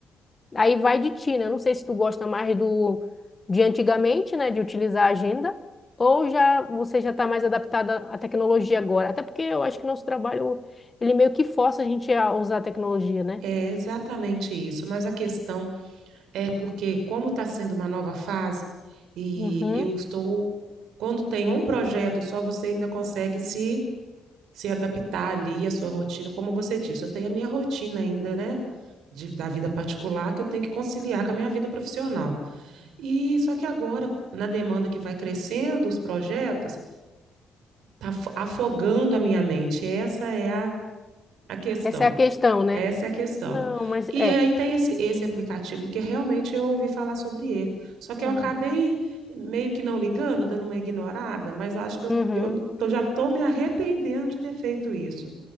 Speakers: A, on the left (about 25°); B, on the right (about 85°).
A: Aí vai de ti, né? Eu não sei se tu gosta mais do de antigamente, né, de utilizar a agenda, ou já você já está mais adaptada à tecnologia agora. Até porque eu acho que nosso trabalho ele meio que força a gente a usar a tecnologia, né?
B: é exatamente isso. Mas a questão é porque, como está sendo uma nova fase, e
A: Uhum.
B: eu estou. Quando tem um projeto só, você ainda consegue se, se adaptar ali à sua rotina. Como você disse, eu tenho a minha rotina ainda, né? de, da vida particular que eu tenho que conciliar com a minha vida profissional. E só que agora, na demanda que vai crescendo, os projetos, tá afogando a minha mente. Essa é a, a questão.
A: Essa é a questão, né?
B: Essa é a questão.
A: Não, mas
B: E
A: é.
B: aí tem esse, esse aplicativo que realmente eu ouvi falar sobre ele. Só que
A: é.
B: eu acabei meio que não ligando, dando uma ignorada, mas acho que eu,
A: Uhum.
B: eu tô, já estou me arrependendo de ter feito isso.